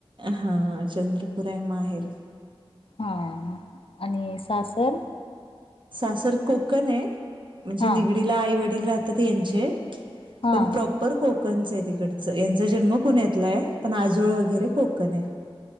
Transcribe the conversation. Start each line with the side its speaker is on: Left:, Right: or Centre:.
Right: हा चंद्रपूर आहे माहेर
Left: हा आणि सासर.
Right: सासर कोकण आहे म्हणजे
Left: हा
Right: निगडीला आई वडील राहतात यांचे
Left: हा.
Right: पण प्रॉपर को कोकणच तिकडच यांचा जन्म पुण्यातला आहे पण आजोळ वगैरे कोकण आहे.